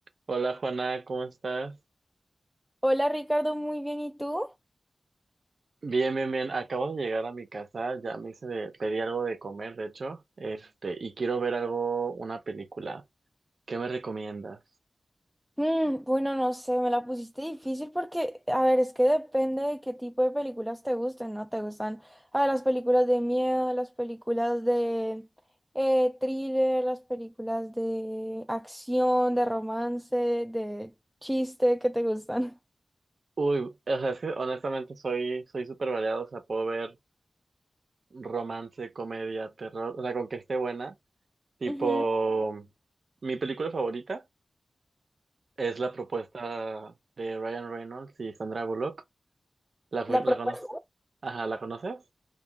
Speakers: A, on the right (about 65°); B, in the centre.
A: Hola Juana, ¿cómo estás?
B: Hola Ricardo, muy bien, ¿y tú?
A: Bien, bien, bien. Acabo de llegar a mi casa, ya me hice de, pedí algo de comer, de hecho, este, y quiero ver algo, una película. ¿Qué me recomiendas?
B: Mm, bueno, no sé, me la pusiste difícil porque, a ver, es que depende de qué tipo de películas te gusten, ¿no? ¿Te gustan, a ver, las películas de miedo, las películas de eh, thriller, las películas de acción, de romance, de chiste, ¿qué te gustan?
A: Uy, o sea, es que honestamente soy, soy súper variado, o sea, puedo ver romance, comedia, terror, o sea, con que esté buena. Tipo,
B: Ujú.
A: mi película favorita es La propuesta de Ryan Reynolds y Sandra Bullock. ¿La, fu-
B: ¿La
A: la
B: propuesta?
A: conoces? Ajá, ¿la conoces?